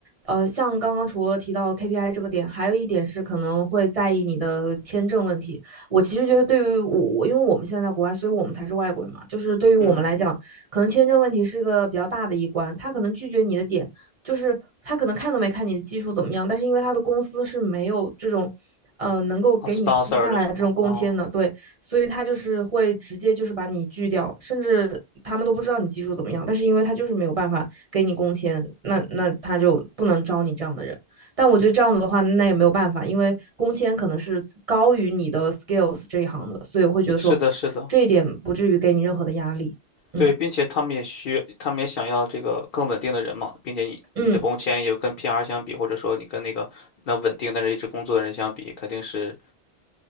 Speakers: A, on the right (about 35°); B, on the left (about 60°).
A: 呃，像刚刚除了提到 KPI 这个点，还有一点是可能会在意你的签证问题。我其实觉得对于我，我因为我们现在在国外，所以我们才是外国人嘛，就是对于我们来讲，
B: 嗯。
A: 可能签证问题是个比较大的一关，他可能拒绝你的点。就是他可能看都没看你的技术怎么样，但是因为他的公司是没有这种，呃，能够给你批下来这种工签的，
B: 啊，sponsor 的什么？哦，
A: 对，所以他就是会直接就是把你拒掉，甚至他们都不知道你技术怎么样，但是因为他就是没有办法给你工签，那那他就不能招你这样的人。但我觉得这样子的话，那也没有办法，因为工签可能是高于你的 skills 这一行的，所以我会觉得说
B: 是的，是的，
A: 这一点不至于给你任何的压力。嗯
B: 对，并且他们也需，他们也想要这个更稳定的人嘛，并且你你的工签也跟
A: 嗯，
B: PR 相比，或者说你跟那个能稳定但是一直工作的人相比，肯定是